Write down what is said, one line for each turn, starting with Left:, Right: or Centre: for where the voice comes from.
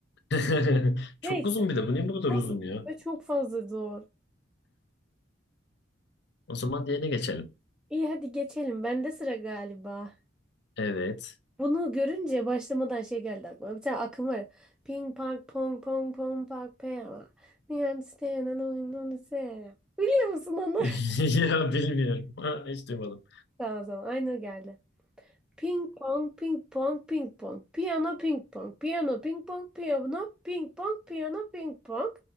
Left: <laughs> Çok
Centre: Neyse.
Left: uzun bir de. Bu niye bu kadar
Centre: Çok,
Left: uzun ya?
Centre: çok fazla zor.
Left: O zaman diğerine geçelim.
Centre: İyi hadi geçelim. Bende sıra galiba.
Left: Evet.
Centre: Bunu görünce başlamadan şey geldi aklıma. Bir tane akım var. Ping pong pong pong pong pong pong. Niye understand and I don't understand. Biliyor musun onu?
Left: <laughs> Ya bilmiyorum. Ha, Hiç duymadım.
Centre: <laughs> Tamam tamam. Aynı o geldi. Ping pong, ping pong, ping pong. Piyano, ping pong, piyano, ping pong, piyano, ping pong, piyano, ping pong.